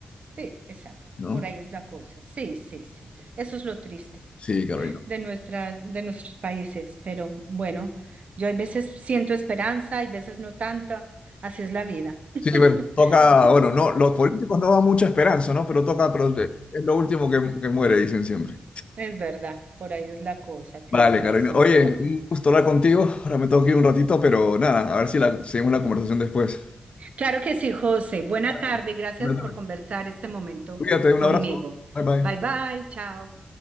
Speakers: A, on the right (about 55°); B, on the left (about 40°).
A: sí, exacto.
B: ¿no?
A: Por ahí es la cosa. Sí, sí, sí. Eso es lo triste
B: Sí, Carolina.
A: de nuestras, de nuestros países. Pero bueno, yo hay veces siento esperanza, hay veces no tanta. Así es la vida. <laughs>
B: Sí, bueno, toca, bueno, no, los políticos no dan mucha esperanza, ¿no? Pero toca, pero es lo último que, que muere, dicen siempre.
A: Es verdad, por ahí es la cosa. Tienes
B: Vale, Carolina.
A: razón,
B: Oye,
A: José.
B: un gusto hablar contigo. Ahora me tengo que ir un ratito, pero nada, a ver si la, seguimos la conversación después.
A: Claro que sí, José. Buena
B: Vale.
A: tarde. Gracias
B: Buena
A: por
B: tarde.
A: conversar este momento
B: Cuídate, un
A: conmigo.
B: abrazo. Bye bye.
A: Bye, bye. Chao.